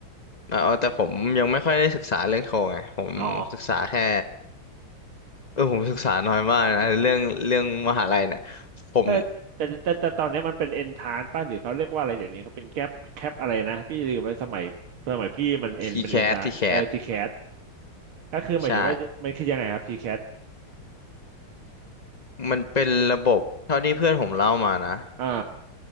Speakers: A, on the left; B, on the right.
A: เออแต่ผมยังไม่ค่อยได้ศึกษาเรื่องโทรไงผมศึกษาแค่
B: อ๋อ
A: เออผมศึกษาน้อยมากนะเรื่องเรื่องมหาลัยเนี่ยผม
B: เออแต่แต่แต่ตอนนี้มันเป็นเอนทานป่ะหรือเขาเรียกว่าอะไรเดี๋ยวนี้เขาเป็นแคปแคปอะไรนะพี่ลืมไปสมัยสมัยพี่มันเอนเป็นเอนทานเออทีแคส
A: ทีแคสทีแคส
B: ก็คือหมายถึงว่ามันคือยังไงครับทีแคส
A: ใช่มันเป็นระบบเท่าที่เพื่อนผมเล่ามานะ
B: อ่า